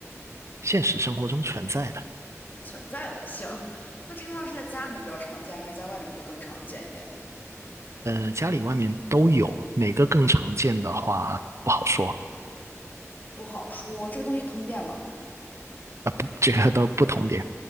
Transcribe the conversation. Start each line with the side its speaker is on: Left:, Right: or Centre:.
Right: 现实生活中存在的，
Left: 存在的，行。那这个东西是在家里面比较常见，还是在外面会更常见一点？
Right: 嗯、家里外面都有，哪个更常见的话不好说
Left: 不好说。这个东西通电吗？
Right: 啊、不，这个都不同点。